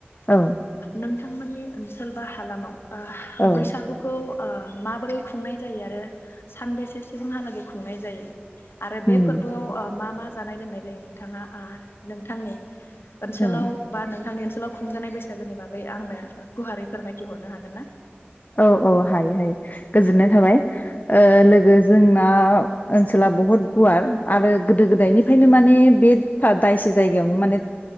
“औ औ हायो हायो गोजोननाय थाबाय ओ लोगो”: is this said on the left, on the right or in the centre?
Left